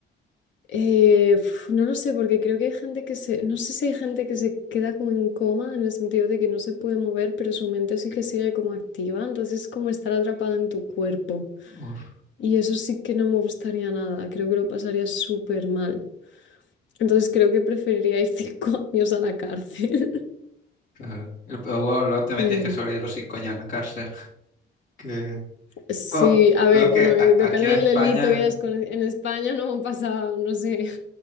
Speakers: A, on the left (about 70°); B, on the left (about 85°).
A: eh, uf, no lo sé, porque creo que hay gente que se, no sé si hay gente que se queda como en coma en el sentido de que no se puede mover, pero su mente sí que sigue como activa, entonces es como estar atrapada en tu cuerpo.
B: Uf,
A: Y eso sí que no me gustaría nada, creo que lo pasaría súper mal. Entonces creo que preferiría ir cinco <laughs> años a la cárcel. <laughs>
B: claro. El- pero bueno, luego también
A: Eh,
B: tienes que sobrevivir los cinco años en la cárcel. Que...
A: sí,
B: Bueno,
A: a ver,
B: creo que
A: bueno, eh,
B: a-
A: depende
B: aquí en España,
A: del delito que hayas con... En España no pasa, no sé,